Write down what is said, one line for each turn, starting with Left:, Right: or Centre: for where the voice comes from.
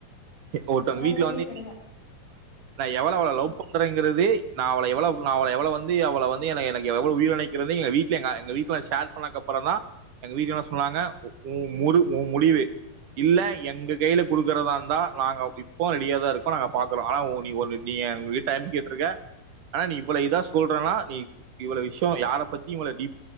Right: ஒருத்தவங்க
Left: காரணமே
Right: வீட்ல வந்து <inaudible>
Left: கிடையா
Right: நா எவ்ளோ
Left: அ
Right: லவ் பண்றேங்கறதே நா அவள எவ்ளோ நா அவள எவ்ளோ வந்து அவள வந்து எனக் எனக்கு எவ்ளோ உயிரா நெனக்கிறனு எங்க வீட்ல எங்க எங்க ந ஷேர் பண்ணகப்றோ தா எங்க வீட்ல என்ன சொன்னாங்க ஒ முரு ஒ முடிவு இல்ல எங்க கையில குடுக்கறதாந்தா நாங்க இப்போ ரெடியா தா இருக்கோ நாங்க பாக்கறோ ஆனா ஒ நீ ஒரு நீங்க எங்க கிட்ட டைம் கேட்டுருக்க ஆனா நீ இவ்வள இதா சொல்றன்னா நீ இவ்வள விஷயோ யார பத்தி இவ்வள டீப்